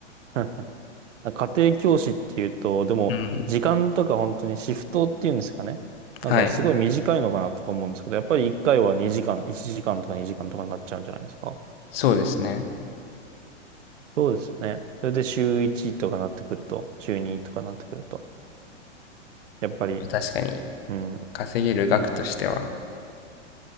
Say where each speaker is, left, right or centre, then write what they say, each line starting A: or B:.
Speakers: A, on the right (about 85°); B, on the left (about 50°).
A: <laughs> なんか家庭教師っていうと、でも、
B: うん。
A: 時間とか本当にシフトっていうんですかね。だからすごい短いのかなとか思うんですけど、
B: はい。
A: やっぱり1回は2時間、1時間とか2時間とかになっちゃうんじゃないですか。
B: そうですね。
A: そうですね。それで週1とかなってくると、週2とかなってくると、やっぱり、
B: 確かに、
A: うん、
B: 稼げる額としては、